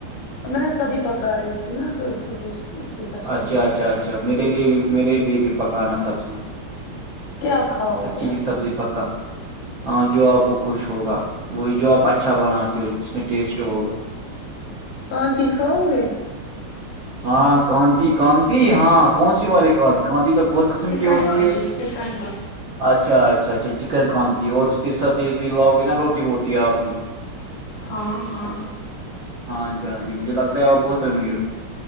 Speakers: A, on the left; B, on the right.
A: میں سبزی پکا رہی تھی نا تو اسی لیے اسی کا شور
B: اچھا
A: آ
B: اچھا
A: رہا ہے
B: اچھا میرے لیے بھی میرے لیے بھی پکانا سبزی
A: کیا کھاؤ
B: اچھی
A: گے
B: سی
A: آپ
B: سبزی پکا ہاں جو آپ کو خوش ہوگا وہی جو آپ اچھا بناتے ہو جس میں ٹیسٹ ہوگا
A: کواں کاؤ گے
B: ہاں کانتی کانتی ہاں کون سی والی کہتی گاندھی تو بہت
A: چکن
B: قسم کی ہوتی
A: کانٹی
B: ہے
A: چکن کانٹی
B: اچھا اچھا اچھا چکن کاانتی اور اس کے ساتھ یہ بھی لاؤ گے نا روٹی ووٹی آپ ہی
A: ہاں ہاں
B: ہاں جی ہاں جی مجھے لگتا ہے وہ بہت امیر